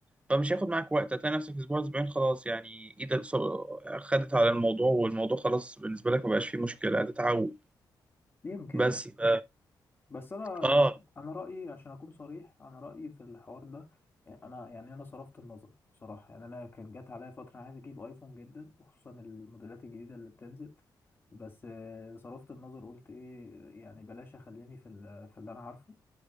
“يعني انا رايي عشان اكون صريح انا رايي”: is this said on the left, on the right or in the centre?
Left